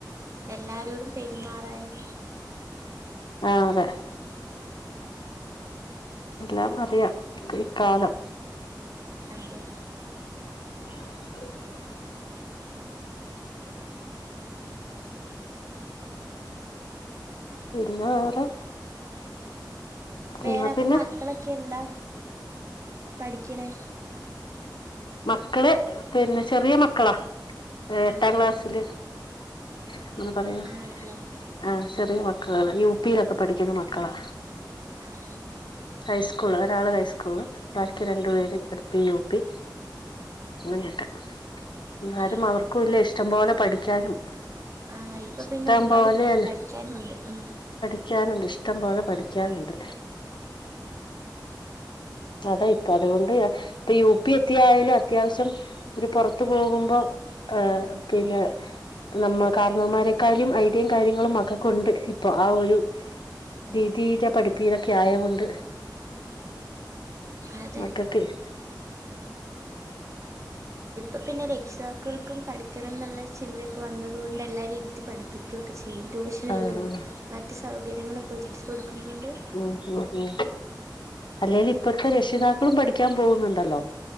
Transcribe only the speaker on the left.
ആഹ് അതെ എല്ലാം അറിയാം ഒക്കെ ഇക്കാലം
<inaudible> പിന്നെ വേറെ
എന്നാ
പിന്നെ
മക്കള് പിന്നെ ചെറിയ മക്കളാ എട്ടാം
ക്ലാസ്സില് അങ്ങനെ പറയാ
ആഹ് ചെറിയ മക്കള്കളാ യു പിയിലൊക്കെ പഠിക്കുന്ന മക്കളാ
ഹൈസ്കൂള് ഒരാള് ഹൈസ്കൂള് ബാക്കി രണ്ടു പേര് എൽ പി യു പി അങ്ങനെയൊക്കെ എന്നാലും
അവർക്കുമില്ലേ ഇഷ്ടം പോലെ പഠിക്കാനും
ഇഷ്ടം
പോലെയല്ല
പഠിക്കാനുണ്ട് ഇഷ്ടംപോലെ പഠിക്കാനുണ്ട് അതെ യ് പ്പ അതൊണ്ട് പ്പൊ യു പി എത്തിയാലും അത്യാവശ്യം പുറത്ത് പോകുമ്പോ ഹ പിന്നെ നമ്മ കാർണവന്മാരെക്കാളും ഐഡിയയും കാര്യങ്ങളും മക്കകൊണ്ട് പ്പൊ ആ ഒരു രീതിയില് പഠിപ്പിതൊക്കെ ആയ കൊണ്ട്
<unintelligible>
ആഹ്
ആഹ്
ഉ ഉ ഉ അല്ലേലും ഇപ്പഴത്തെ രക്ഷിതാക്കളും പഠിക്കാൻ പോകുന്നുണ്ടല്ലോ